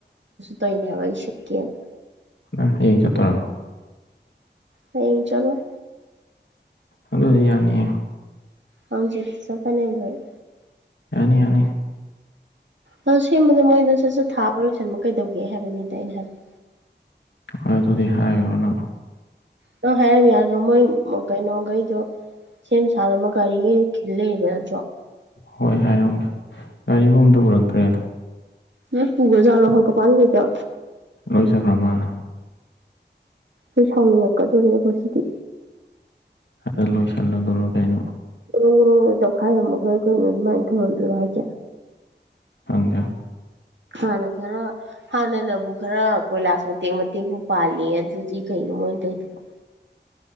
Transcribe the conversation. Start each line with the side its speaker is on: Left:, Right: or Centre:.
Right: ꯇꯩꯏꯅꯦ ꯍꯥꯏꯕ ꯑꯩ ꯁꯤꯠꯀꯦꯅ
Left: ꯅꯪ ꯍꯌꯦꯡ ꯆꯠꯇꯣꯏꯔꯣ
Right: ꯍꯌꯦꯡ ꯆꯠꯂꯣꯏ
Left: ꯑꯗꯨꯗꯤ ꯌꯥꯅꯤꯌꯦ
Right: ꯍꯪꯆꯤꯠ ꯆꯠꯀꯅꯦꯕ ꯑꯩ
Left: ꯌꯥꯅꯤ ꯌꯥꯅꯤ
Right: ꯑꯗꯣ ꯁꯦꯝꯕꯗꯣ ꯃꯣꯏꯅ ꯁꯠ ꯁꯠ ꯊꯥꯕ ꯂꯣꯏꯁꯟꯕ ꯀꯩꯗꯧꯒꯦ ꯍꯥꯏꯕꯅꯤꯗ ꯑꯩꯅ ꯍꯥꯏꯕꯗꯤ
Left: ꯍꯣꯏ ꯑꯗꯨꯗꯤ ꯍꯥꯏꯔꯨꯔꯅꯨ
Right: ꯅꯪ ꯍꯥꯏꯔꯝ ꯌꯥꯗ꯭ꯔꯣ ꯃꯣꯏ ꯀꯩꯅꯣꯒꯩꯗꯣ ꯁꯦꯝ ꯁꯥꯅꯕ ꯒꯔꯤꯒꯩ ꯈꯤꯜꯂꯩꯗꯅ
Left: ꯍꯣꯏ ꯍꯥꯏꯔꯝꯒꯦ ꯒꯥꯔꯤꯕꯨ ꯑꯃꯇ ꯎꯔꯛꯇ꯭ꯔꯦꯗ
Right: ꯂꯣꯏ ꯄꯨꯒ꯭ꯔꯖꯥꯠꯂꯣ ꯍꯪꯒꯄꯥꯜ ꯀꯩꯀꯥ
Left: ꯂꯣꯏ ꯆꯠꯈ꯭ꯔꯃꯥꯜꯂꯦ
Right: ꯑꯩ ꯁꯥꯎꯅꯤꯡꯉꯛꯀꯗꯧꯔꯦꯕꯣ ꯁꯤꯗꯤ
Left: ꯑꯗꯣ ꯂꯣꯏꯁꯟꯂꯨꯗꯨꯔꯣ ꯀꯩꯅꯣ
Right: ꯒꯣꯔꯣꯡ ꯒꯣꯔꯣꯡ ꯂꯣꯏ ꯇꯧꯈꯥꯏꯔꯝꯃꯒ ꯑꯩꯈꯣꯏ ꯑꯗꯨꯃꯥꯏ ꯊꯅꯝꯗꯣꯏꯔꯣ ꯍꯥꯏꯖꯦ
Left: <unintelligible>
Right: ꯍꯥꯟꯅ ꯈꯔ ꯍꯥꯟꯅꯅꯕꯨ ꯈꯔ ꯀꯣꯏꯂꯥꯁ ꯃꯇꯦꯛ ꯃꯇꯦꯛꯄꯨ ꯄꯥꯜꯂꯤ ꯑꯗꯨꯗꯤ ꯀꯩꯅꯣ ꯃꯣꯏꯅ ꯇꯧꯏꯗꯨꯕꯣ